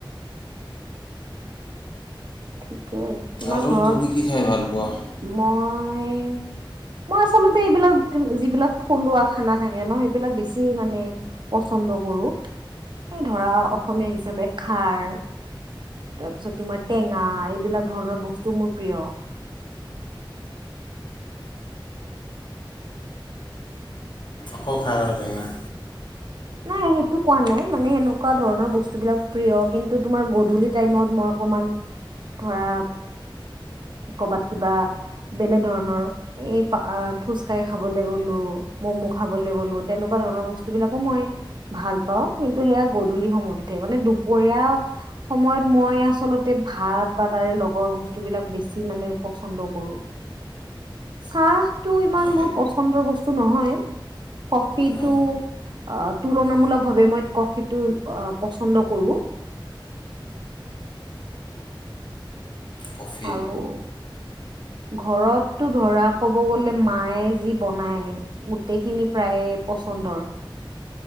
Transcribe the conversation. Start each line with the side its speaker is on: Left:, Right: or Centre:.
Right: ঠিকেই তোমাৰ
Left: আৰু
Right: ঘৰত
Left: তুমি কি খাই ভাল পোৱা?
Right: মই মই আচলতে এইবিলাক যিবিলাক থলুৱা খানা থাকে ন সেইবিলাক বেছি মানে পচন্দ কৰো এই ধৰা অসমীয়া হিচাপে খাৰ তাৰপিছত তোমাৰ টেঙা এইবিলাক ধৰণৰ বস্তু মোৰ প্ৰিয়।
Left: আকৌ খাৰ আৰু বেগেনা।
Right: নাই সেইটো কোৱা নাই মানে সেনেকুৱা ধৰণৰ বস্তুবিলাক প্ৰিয় কিন্তু তোমাৰ গধূলি টাইমত মই অকমান ধৰা কৰ'বাত কিবা বেলেগ ধৰণৰ এই ফুচকাই খাবলৈ গলো মম খাবলৈ গলো তেনেকুৱা ধৰণৰ বস্তু বিলাকো মই, ভাল পাওঁ কিন্তু সেয়া গধূলি সময়তহে মানে দুপৰীয়া সময়ত মই আচলতে ভাত বা তাৰে লগৰ বস্তুবিলাক বেছি মানে পচন্দ কৰো চাহটো ইমান মোৰ
Left: হয়
Right: পচন্দৰ বস্তু নহয় কফিটো
Left: অঁ
Right: আহ তুলনামূলকভাৱে মই কফিটো পচন্দ কৰো।
Left: কফি
Right: আৰু ঘৰতটো ধৰা ক'ব গ'লে মায়ে যি বনায় গোটেইখিনি প্ৰায়ে পচন্দৰ